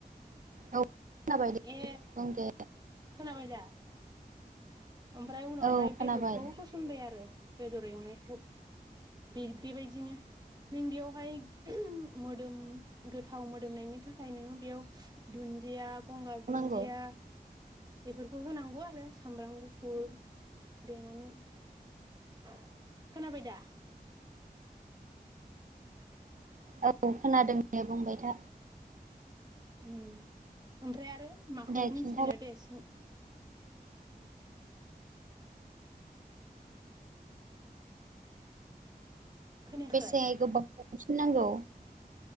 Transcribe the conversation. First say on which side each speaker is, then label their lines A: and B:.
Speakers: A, on the right (about 55°); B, on the right (about 25°).
A: औ खोनाबाय दे
B: ए
A: बुं दे
B: खोनाबायदा? ओमफ्राय उनावहाय
A: औ खोनाबाय
B: बेदरखौ होसनबाय आरो बेदर एवनायखौ बे बेबायदिनो नों बेयावहाय मोदोम गोथाव मोदोमनायनि थाखाय नोङो बेयाव दुनदिया गंगार
A: बुंनांगौ
B: दुनदिया बेफोरखौ होनांगौ आरो सामब्राम गुफुर देनानै खोनाबाय दा?
A: औ खोनादों दे बुंबाय था
B: ओम ओमफ्राय आरो माखौ
A: दे
B: मिथिनो
A: खिन्थाबाय
B: दे सों? <inaudible> खोनायाखै
A: बेसे गोबाव संफिन नांगौ